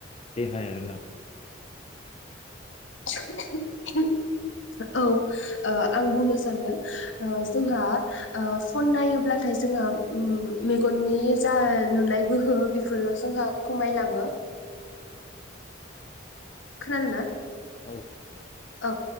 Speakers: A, on the left (about 30°); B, on the left (about 75°).
A: देहायारि लानानै?
B: <unintelligible> औ ओ आं बुंनो सानगोन ओ जोंहा ओ फन नायोब्लाथाय जोंङो उम्म मेगननि जा नुनाय गोहो बेफोरो जोंहा खमायलाङो। खोनादोना?
A: औ।
B: औ